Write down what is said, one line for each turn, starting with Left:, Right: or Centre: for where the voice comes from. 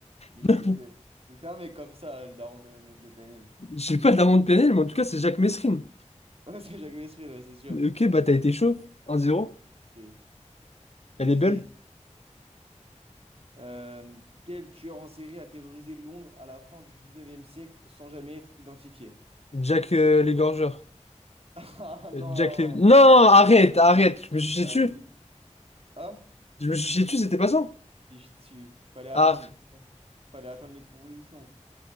Right: Mais
Left: <laughs>
Right: je sais que c'était un mec comme ça, le daron des mecs de PNL.
Left: J'ai pas de l'amende pénale, mais en tout cas, c'est Jacques Mesrine.
Right: <laughs> Ouais, c'est Jacques Mesril, ouais, c'est sûr.
Left: Ok, bah t'as été chauve. 1 zéro,
Right: Ok.
Left: Elle
Right: Vas-y.
Left: est belle.
Right: vas-y. Euh, quel tueur en série a terrorisé Londres à la fin du 19e siècle sans jamais être identifié?
Left: Jack euh, l'égorgeur.
Right: <laughs> Ah
Left: Euh,
Right: non!
Left: Jack les... Non, arrête, arrête. Je me suis chié
Right: Vas-y.
Left: dessus.
Right: Hein?
Left: Je me suis chié dessus, c'était pas ça.
Right: Je suis dessus. Fallait attendre.
Left: Ah,
Right: Fallait attendre les propositions.